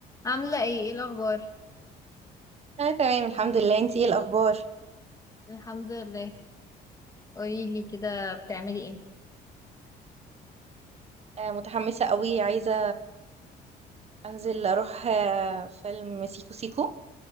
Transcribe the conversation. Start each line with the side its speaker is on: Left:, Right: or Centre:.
Left: عاملة ايه ايه الأخبار؟
Right: انا تمام الحمد لله انتي ايه الاخبار
Left: الحمد لله قوليلي كده بتعملي ايه؟
Right: آه متحمسه قوي عايزه انزل اروح آه فيلم سيكو سيكو